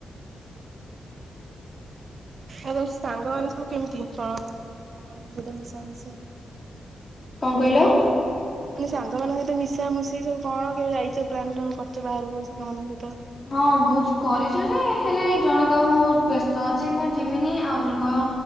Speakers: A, on the right (about 50°); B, on the left (about 25°).
A: ଆଉ ତମ ସାଙ୍ଗମାନେ ସବୁ କେମିତି କଣ, ସାଙ୍ଗ ମାନଙ୍କ ସହିତ ମିଶାମିଶି
B: କଣ କହିଲ?
A: ମାନେ ସାଙ୍ଗମାନଙ୍କ ସହିତ ମିଶାମଶି ସବୁ କଣ କେବେ ଯାଇଛ ପ୍ଲାନ ଫ୍ଲାନ୍ କରୁଛ ବାହାରକୁ ସାଙ୍ଗମାନଙ୍କ ସହିତ।
B: ହଁ ବହୁତ କରିଛୁ ଯେ- ହେଲେ ଜଣେ କହିବ ବହୁତ ବ୍ୟସ୍ତ ଅଛି ମୁଁ ଜିମିନି, ଆଉ ଜଣେ କହିବ